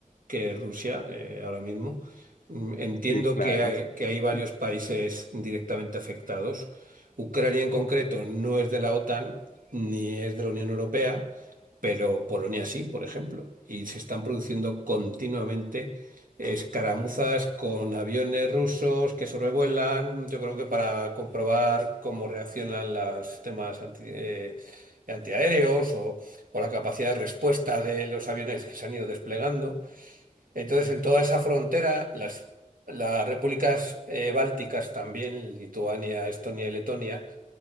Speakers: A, on the right (about 75°); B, on the left (about 70°).
A: que Rusia eh, ahora mismo. Mm, Entiendo
B: sí, claro,
A: que hay, que hay varios
B: Mm,
A: países directamente afectados. Ucrania en concreto no es de la OTAN ni es de la Unión Europea, pero Polonia sí, por ejemplo. Y se están produciendo continuamente escaramuzas con aviones rusos que sobrevuelan, yo creo que para comprobar cómo reaccionan los sistemas anti- eh, antiaéreos o o la capacidad de respuesta de los aviones que se han ido desplegando. Entonces, en toda esa frontera, las, las repúblicas eh, bálticas también, Lituania, Estonia y Letonia,